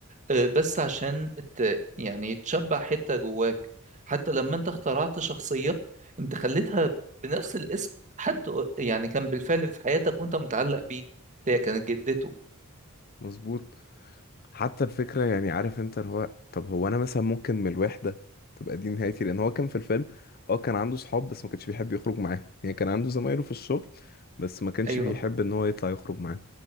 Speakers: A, on the right; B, on the left.
A: آه، بس عشان ت- يعني تشبع حتة جواك حتى لما أنت اخترعت شخصية أنت خليتها بنفس الاسم حد قر- يعني كان بالفعل في حياتك وأنت متعلق بيه اللي هي كانت جدته
B: مظبوط حتى الفكرة يعني عارف انت اللي هو طب هو انا مثلا ممكن من الوحدة تبقى دي نهايتي لان هو كان في الفيلم اه كان عنده صحاب بس ما كانش بيحب يخرج معاهم يعني كان عنده زمايله في الشغل بس ما كانش
A: أيوه
B: بيحب ان هو يطلع يخرج معاهم